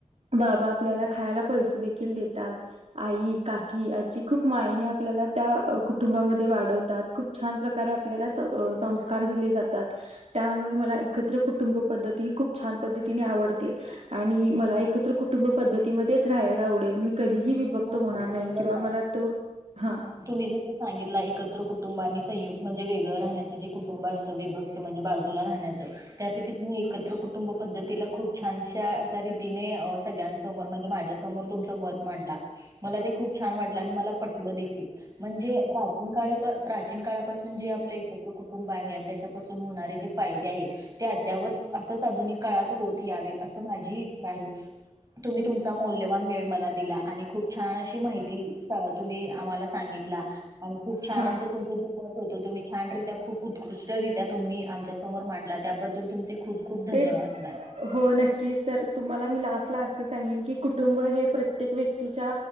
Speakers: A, on the right (about 60°); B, on the right (about 30°).
A: बाबा आपल्याला खायला पैसे देखील देतात आई काकी आजी देखील खूप मायने आपल्याला त्या कुटुंबामध्ये वाढवतात खूप प छान प्रकारे आपल्याला संस्कार दिले जातात त्यामुळे मला एकत्र कुटुंब पद्धती ह खूप छान पद्धतीने आवडते आणि मला एकत्र कुटुंब पद्धतीमध्येच राहायला आवडेल मी कधीही विभक्त
B: हो
A: होणार
B: हो बरोबर
A: नाही किंवा
B: का
A: मला तो हा
B: तुम्ही जस सांगितला एकत्र कुटुंबानी संयुक्त म्हणजे वेग राहण्याच जे कुटुंब असतं विभक्त म्हणजे बाजूला राहण्याचं त्यापैकी तुम्ही एकत्र कुटुंब पद्धतीला खूप छानश्या रीतीने सगळ्यांसमोर म्हणजे माझ्यासमोर तुमचं मत मांडला मला ते खूप छान वाटलं आणि मला पटलं देखील म्हणजे प्राचीन काळी प्राचीन काळापासून जे आपलं एकत्र कुटुंब आहे आणि त्याच्यापासून होणारे जे फायदे आहेत ते अद्यावत असंच आधुनिक काळात होत यावेत असं माझी इच्छा आहे तुम्ही तुमचा मौल्यवान वेळ मला दिला आणि खूप छान अशी माहिती तुम्ही आम्हाला सांगितला आणि खूप छान
A: हा
B: असं तुमच जे मत होतो तुम्ही छानरित्या खूप उत्कृष्टरित्या तुमही आमच्या समोर मांडला त्याबद्दल तुमचे खूप खूप धन्यवाद
A: तेच
B: मॅम
A: हो नक्कीच तर तुम्हाला मी लास्ट ला अस सांगन की कुटुंब हे प्रत्येक व्यक्तीच्या